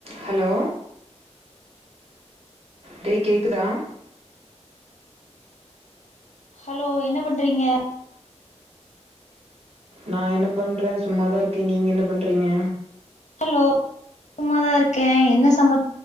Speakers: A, on the right; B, on the left.
A: Hello டே கேக்குதா
B: hello என்ன பண்றீங்க
A: நா என்ன பண்றே சும்மாதா இருக்கே நீங்க என்ன பண்றீங்க
B: ஹலோ சம்மாதா இருக்கே என்ன சம